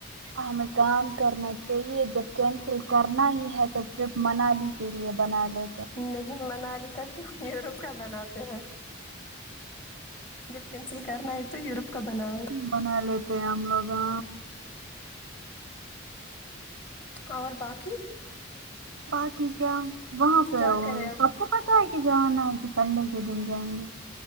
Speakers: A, on the right; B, on the left.
A: ہمیں کام کرنا چاہیے جب کینسل کرنا ہی ہے تو ٹرپ منالی کے لیے بنا لے
B: نہیں منالی کا کیوں ہم یوروپ کا بناتے ہیں جب کینسل کرنا ہے تو یوروپ کا بناؤ
A: بنا لیتے ہیں ہم لوگ گا
B: اور باقی
A: باقی کیا وہاں پہ
B: کیا کریں اب
A: سب کو پتاہ ہے کہ جانا ہے کہ سنڈے کے دن جائیں گے